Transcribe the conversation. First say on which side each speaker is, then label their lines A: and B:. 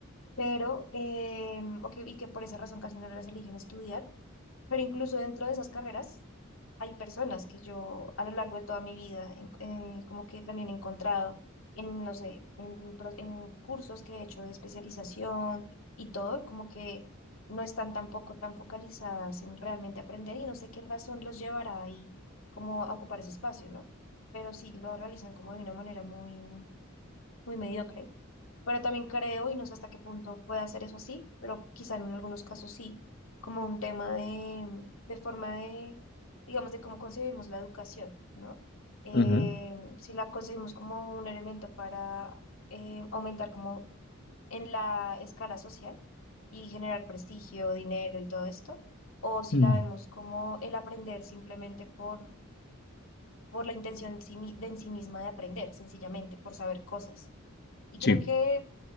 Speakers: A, on the left; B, on the left.
A: pero, eh, o que- y que por esa razón casi no las eligen estudiar, pero incluso dentro de esas carreras hay personas que yo a lo largo de toda mi vida en- eh, como que también he encontrado en, no sé, en, pro- en cursos que he hecho de especialización y todo, como que no están tampoco tan focalizadas en realmente aprender y no sé qué razón los llevará ahí como a ocupar ese espacio, ¿no? Pero sí lo realizan como de una manera muy, muy mediocre pero también creo, y no sé hasta qué punto puede hacer eso así, pero quizá en algunos casos sí, como un tema de, de forma de, digamos, de cómo concebimos la educación, ¿no? Eh,
B: Ujú.
A: si la concebimos como un elemento para eh, aumentar como en la escala social y generar prestigio, dinero y todo esto, o si
B: Mm.
A: la vemos como el aprender simplemente por, por la intención en sí mi- de en sí misma de aprender, sencillamente, por saber cosas. Y
B: Sí.
A: creo que